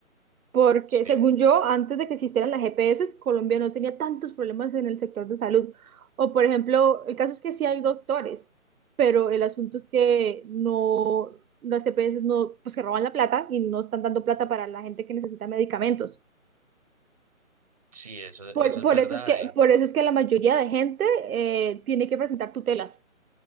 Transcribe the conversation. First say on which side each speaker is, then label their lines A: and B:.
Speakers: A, on the right; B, on the right.
A: Porque
B: Sí,
A: según yo, antes de que existieran las GPS, Colombia no tenía tantos problemas en el sector de salud. O por ejemplo, el caso es que sí hay doctores, pero el asunto es que no, las GPS no, pues que roban la plata y no están dando plata para la gente que necesita medicamentos.
B: sí, eso, eso
A: Por, por
B: es verdad.
A: eso es que,
B: eh.
A: por eso es que la mayoría de gente eh, tiene que presentar tutelas